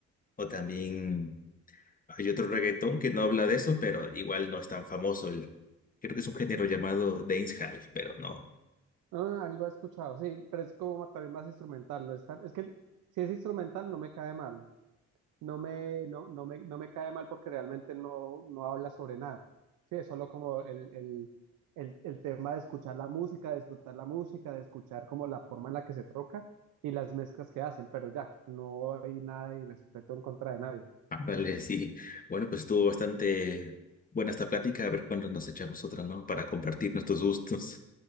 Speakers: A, on the left; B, on the right.
A: O también hay otro reggaetón que no habla de eso, pero igual no es tan famoso el, creo que es un género llamado dancehall, pero no,
B: Ah, algo he escuchado, sí, pero es como ma- también más instrumental, no es tan- es que si es instrumental no me cae mal, no me, no, no me, no me cae mal porque realmente no, no habla sobre nada. Sí, es solo como el, el, el, el tema de escuchar la música, de disfrutar la música, de escuchar como la forma en la que se toca y las mezclas que hacen, pero ya, no hay nada de respeto en contra de nadie.
A: Ah, vale, sí. Bueno, pues estuvo bastante buena esta plática, a ver cuándo nos echamos otra, ¿no? Para compartir nuestros gustos.